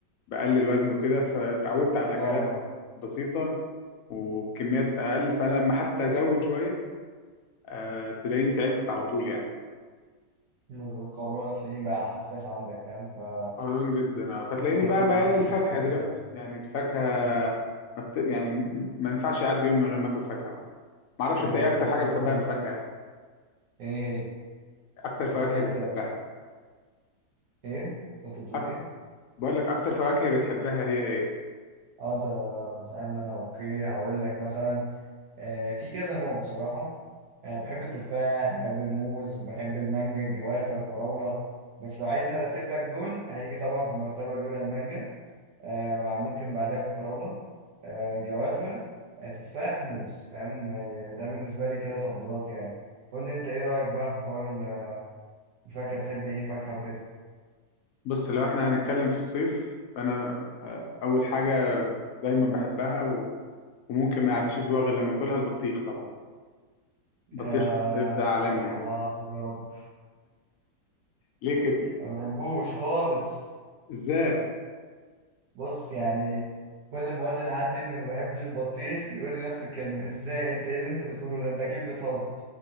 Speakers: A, on the left; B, on the right.
A: بقلل وزن وكده فتعودت على الاكلات
B: اه
A: بسيطه وبكميات اقل فانا لما حتى ازود شويه أه تلاقيني تعبت على طول يعني
B: نزل القولون هتلاقيه بقى حساس عندك فاهم فلازم
A: قولون جدا اه فتلاقيني
B: تهتم
A: بقى ميال
B: بالأكل
A: للفاكهه
B: بتاعك
A: دلوقتي
B: فاهم
A: يعني الفاكهه
B: مم.
A: ما بت... يعني م- ما ينفعش يعدي يوم من غير ما اكل فاكهه مثلا ما اعرفش
B: دي
A: انت
B: حاجة
A: ايه اكتر
B: كويسة
A: حاجه بتحبها
B: طبعا
A: في
B: مفيدة
A: الفاكهه يعني
B: ايه هي
A: اكتر فواكه
B: قول لي
A: بتحبها
B: انت لو ايه كنت بتقول
A: أكتر...
B: ايه
A: بقول لك اكتر فواكه بتحبها هي ايه
B: اه انت بتسألني انا اوكي هقول لك مثلا آه، في كذا نوع بصراحة آه، بحب التفاح بحب الموز بحب المانجا الجوافة الفراولة بس لو عايز نرتب لك دول هيجي طبعا في المرتبة الأولى المانجا آه، مع ممكن بعدها الفراولة آه، جوافة آه، تفاح موز فاهم آه، ده بالنسبة لي كده تفضيلات يعني قول لي أنت إيه رأيك بقى في حوار ال- الفاكهة بتحب إيه فاكهة وكده
A: بص لو احنا هنتكلم في الصيف فانا آه، اول حاجه دايما بحبها و... وممكن ما يعديش اسبوع غير لما اكلها البطيخ طبعا البطيخ
B: آه،
A: في الصيف ده
B: استغفر
A: عالمي يعني
B: الله العظيم يا رب
A: ليه كده
B: ما بحبوش خالص
A: ازاي
B: بص يعني كل ما اقول لحد اني ما بحبش البطيخ يقول لي نفس الكلمه ازاي انت ايه اللي انت بتقوله ده انت اكيد بتهزر